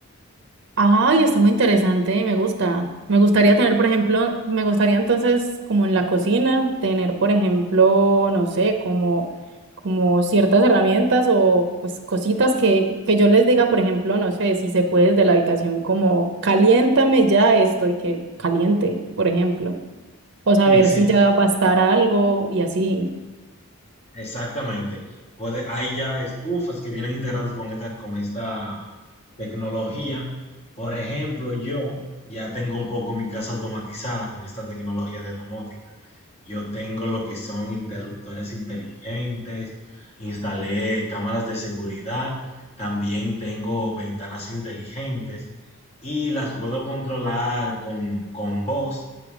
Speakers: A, on the right (about 55°); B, on the left (about 30°).
A: Ay, está muy interesante, me gusta. Me gustaría tener, por ejemplo, me gustaría entonces, como en la cocina, tener, por ejemplo, no sé, como, como ciertas herramientas o pues cositas que, que yo les diga, por ejemplo, no sé, si se puede desde la habitación, como caliéntame ya esto y que caliente, por ejemplo. O saber
B: Sí, sí,
A: si ya va a estar algo y así.
B: Exactamente. Puede, hay ya estufas que vienen integradas con esta, con esta tecnología. Por ejemplo, yo ya tengo un poco mi casa automatizada con esta tecnología de domótica. Yo tengo lo que son interruptores inteligentes, instalé cámaras de seguridad, también tengo ventanas inteligentes y las puedo controlar con, con voz.